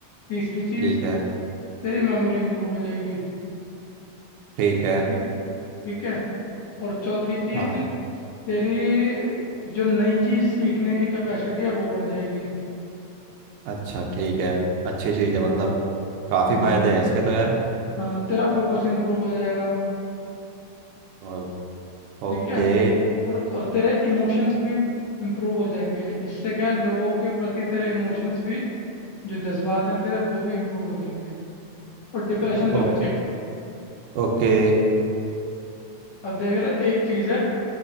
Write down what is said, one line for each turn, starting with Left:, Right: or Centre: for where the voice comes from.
Left: तीसरी चीज़
Right: ठीक है
Left: तेरी मेमोरी इंप्रूव हो जाएगी
Right: ठीक है
Left: ठीक ठीक है और चौथी चीज़
Right: हाँ
Left: तेरी जो नई चीज़ सीखने की कैपेसिटी है वो बढ़ जाएगी
Right: अच्छा ठीक है अच्छी चीज़
Left: ठीक
Right: है मतलब
Left: है
Right: काफ़ी
Left: हाँ
Right: फायदे हैं इसके तो यार
Left: हाँ तेरा फोकस इंप्रूव हो जाएगा
Right: ओ-
Left: ठीक
Right: ओके
Left: है और और तेरे इमोशंस भी इंप्रूव हो जाएंगे इससे क्या है लोगों के प्रति तेरे इमोशंस भी जो जज्बात हैं तेरे वो भी इंप्रूव हो जाएंगे और डिप्रेशन से
Right: ओ,
Left: बचेगा
Right: ओके
Left: अब देख रहे एक चीज़ है